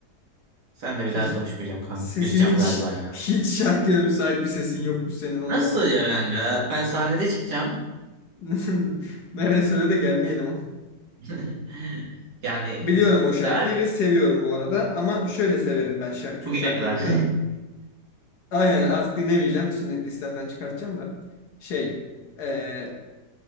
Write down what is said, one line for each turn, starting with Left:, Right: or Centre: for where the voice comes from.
Right: Sen de bir
Left: Ses,
Right: daha konuşmayacağım kanka.
Left: sesin
Right: Küseceğim
Left: hiç
Right: galiba ya.
Left: hiç şarkıya müsait bir sesin yokmuş senin onu
Right: Nasıl
Left: anladık.
Right: ya kanka? Ben sahnede çıkacağım.
Left: <laughs> Nereye söyle de gelmeyelim o.
Right: <laughs> Yani
Left: Biliyorum o şarkıyı
Right: sever misin?
Left: ve seviyorum bu arada ama şöyle severim ben şarkı, Türk
Right: Bugüne
Left: şarkılarında.
Right: kadar.
Left: Aynen artık dinlemeyeceğim. Şimdi listemden çıkartacağım da. Şey e,